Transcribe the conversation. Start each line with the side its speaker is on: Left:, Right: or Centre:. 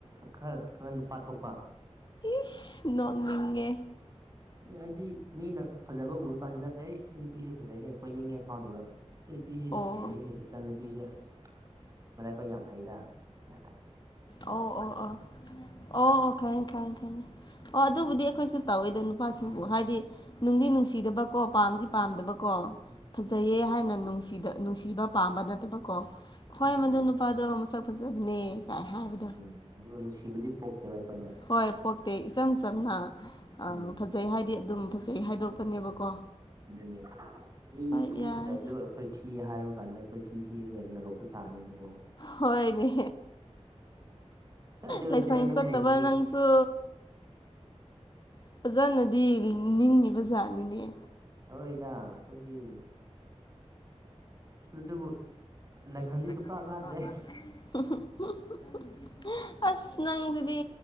Right: ꯈꯔ ꯈꯔ ꯅꯨꯄꯥ ꯊꯣꯛꯄ
Left: ꯏꯁ ꯅꯣꯛꯅꯤꯡꯉꯦ
Right: ꯍꯥꯏꯗꯤ ꯃꯤꯅ ꯐꯖꯕ ꯎꯔ ꯀꯥꯟꯁꯤꯗ ꯑꯩ ꯁꯤ ꯅꯨꯄꯤꯁꯦ ꯐꯖꯩꯍꯦ ꯀꯣꯏꯅꯤꯡꯉꯦꯕ ꯐꯥꯎꯗꯕ ꯁꯤ ꯅꯨꯄꯤꯁꯤ
Left: ꯑꯣ
Right: ꯑ ꯐꯖꯩ ꯍꯦ ꯏꯆꯥ ꯅꯨꯨꯄꯤꯁꯦ ꯑꯁ ꯃꯔꯥꯏꯕꯥꯏ ꯌꯥꯝ ꯐꯩꯗ ꯑ
Left: ꯑꯣ ꯑꯣ ꯑꯣ ꯑꯣ ꯑꯣ ꯈꯪꯉ‌ꯦ ꯈꯪꯉ‌ꯦ ꯈꯉꯦ ꯑꯣ ꯑꯗꯨꯕꯨꯗꯤ ꯑꯩꯈꯣꯏꯁꯨ ꯇꯧꯋꯤꯗꯣ ꯅꯨꯄꯥꯁꯤꯡꯕꯨ ꯍꯥꯏꯗꯤ ꯅꯨꯡꯗꯤ ꯅꯨꯡꯁꯤꯗꯕꯀꯣ ꯄꯥꯝꯗꯤ ꯄꯥꯝꯗꯕꯀꯣ
Right: ꯎꯝ
Left: ꯐꯖꯩꯌꯦ ꯍꯥꯏꯅ ꯅꯨꯡꯗ ꯅꯨꯡꯁꯤꯕ ꯄꯥꯝꯕ ꯅꯠꯇꯕꯀꯣ ꯍꯣꯏ
Right: ꯑꯗꯨꯅꯦ
Left: ꯃꯗꯨ ꯅꯨꯄꯤ ꯄꯗꯣ ꯃꯁ ꯐꯖꯕꯅꯦ ꯀꯥꯏ ꯍꯥꯏꯕ
Right: ꯎꯝ ꯑꯗꯨꯕꯨ ꯅꯨꯡꯁꯤꯕꯗꯤ ꯄꯣꯛꯇꯦꯕ ꯑꯩꯈꯣꯏꯗ
Left: ꯍꯣꯏ ꯄꯣꯛꯇꯦ ꯏꯆꯝ ꯆꯝꯅ ꯐꯖ
Right: ꯎꯝ
Left: ꯐꯖꯩ ꯍꯥꯏꯗꯤ ꯑꯗꯨꯝ ꯐꯖꯩ ꯍꯥꯏꯗꯣꯛꯄꯅꯦꯕꯀꯣ
Right: ꯑꯗꯨꯅꯤ ꯃꯤ
Left: ꯍꯣꯏ
Right: ꯃꯤ
Left: ꯌꯥꯏ
Right: ꯐꯖꯕꯗꯨ ꯑꯩꯈꯣꯏ ꯊꯤ ꯍꯥꯏꯔꯨꯀꯥꯟꯗ ꯑꯩꯈꯣꯏ ꯆꯤꯟ ꯊꯤꯔꯒ ꯅꯔꯣꯛꯇ ꯇꯥꯅꯤꯕꯀꯣ
Left: ꯍꯣꯏꯅꯦ
Right: ꯑꯗꯨ ꯑꯣꯏꯔꯗꯤ
Left: ꯂꯥꯏꯁꯪ
Right: ꯑꯩ ꯅꯪꯕꯨ
Left: ꯆꯠꯇꯕ
Right: ꯅꯨꯡꯁꯤ
Left: ꯅꯪꯁꯨ ꯐꯖꯅꯗꯤ ꯅꯤꯡꯉꯤꯕ ꯖꯥꯠꯅꯤꯅꯦ
Right: ꯍꯣꯏꯗ ꯑꯩꯈꯣꯏꯗꯤ ꯑꯗꯨꯕꯨ ꯂꯥꯏꯁꯪꯗꯤ
Left: <unintelligible>
Right: ꯁꯨꯛꯀꯥ ꯀꯥꯗ꯭ꯔꯦ
Left: ꯑꯁ ꯅꯪꯁꯤꯗꯤ